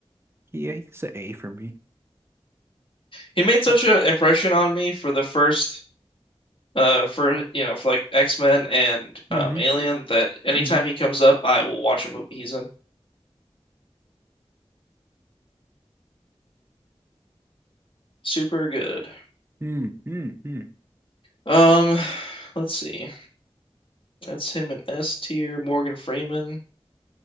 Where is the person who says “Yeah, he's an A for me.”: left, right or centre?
Right